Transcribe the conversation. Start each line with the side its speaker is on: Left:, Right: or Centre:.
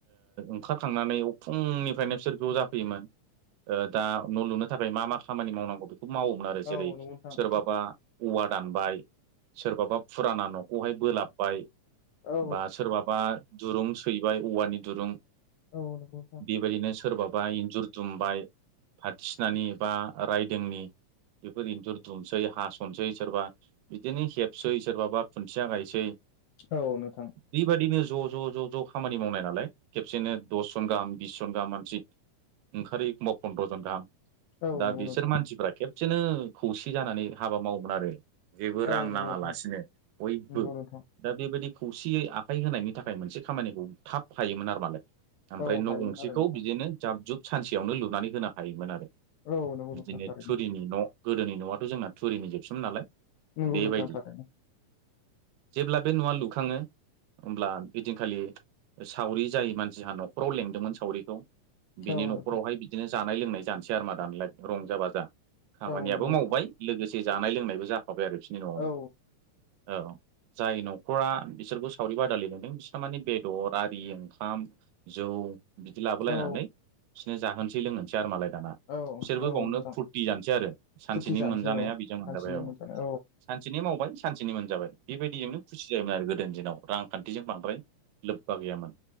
Right: ओंखारखांनानै उ फुंनिफ्रायनो बिसोर बेयाव जाफैयोमोन दा न' लुनो थाखाय मा मा खामानि मावनांगौ खौ मावोमोन आरो जेरै
Left: औ नंगौ नोंथां
Right: सोरबाबा औवा दानबाय सोरबाबा फुराना न'खौहाय बोलाबबाय
Left: औ
Right: बा सोरबाबा दुरुं सैबाय औवानि दुरुं
Left: औ नंगौ नोंथां
Right: बेबायदिनो सोरबाबा इन्जुर जुमबाय फाथसिनानि बा रायदोंनि बेफोर इन्जुर दुमसै हास'ननोसै सोरबा बिदिनो हेबसै सोरबा बा खुन्थिया गायसै
Left: औ नोंथां
Right: बेबायदिनो ज' ज' ज' ज' खामानि मावनाय नालाय खेबसेनो दसजन गाहाम बिस जन गाहाम मानसि ओंखारो एखमबा पन्द्रजन गाहाम
Left: औ
Right: दा
Left: नंगौ
Right: बिसोर
Left: नोंथां
Right: मानसिफ्रा ख बिदिनो खौसे जानानै हाबा मावोमोन आरो जेबो रां
Left: औ नंगौ
Right: नाङालासिनो
Left: नोंथां
Right: बयबो
Left: नंगौ नोंथां
Right: दा बेबायदि खौसेयै आखाइ होनायनि थाखाय मोनसे खामानिखौ थाब हायोमोन आरो मालाय ओमफ्राय
Left: औ
Right: न'
Left: हायोमोन
Right: गंसेखौ
Left: आरो नोंथां
Right: बिदिनो जाब जुब सानसेयावनो लुनानै होनो हायोमोन आरो
Left: औ नंगौ
Right: बिदिनो
Left: नोंथां थारैनो
Right: थुरिनि न' गोदोनि न'आथ' जोंना थुरिनि जोबसिोम नालाय
Left: नंगौ
Right: बेबायदि
Left: नोंथां थारैनो
Right: जेब्ला बे न'आ लुखाङो होमब्ला बिदिनखालि सावरि जाय मानसिहा न'खराव लेंदोंमोन सावरिखौ बिनि
Left: औ
Right: न'खरावहाय
Left: नोंथां
Right: बिदिनो जानाय लोंनाय जानोसै आरोमा दानालाय रंजा बाजा खामानियाबो
Left: औ नंगौ नोंथां
Right: मावबाय लोगोसे जानाय लोंनायबो जाफाबाय आरो बिसनि न'आवनो
Left: औ
Right: औ जाय न'खरा बिसोरखौ सावरि बादालि नुदों बिसना माने बेदर आरि ओंखाम जौ बिदि लाबोलायनानै
Left: औ
Right: बिसोरनो जाहोनोसै लोंहोनोसै आरो मालाय दाना बिसोरबो
Left: औ औ
Right: बावनो
Left: नोंथां
Right: फुरथि जानोसै आरो सानसेनि
Left: फुरथि जानोसै
Right: मोनजानाया
Left: औ
Right: बेजों मोनजाबाय
Left: हान्थिनो
Right: औ
Left: मोनजानाय
Right: सानसेनि मावबाय सानसेनि मोनजाबाय बेबायदिजोंनो खुसि जायोमोन आरो गोदोनि दिनाव रांखान्थिजों बांद्राय लोब्बा गैयामोन